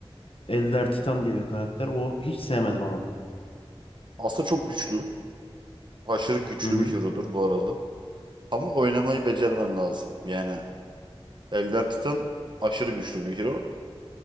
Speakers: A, on the left; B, on the right.
A: Elder Titan diye bir karakter. O hiç sevmedim ama.
B: Aslında çok güçlü. Aşırı güçlü
A: Hı hı,
B: bir hero'dur bu arada. Ama oynamayı becermen lazım. Yani Elder Titan aşırı güçlü bir hero.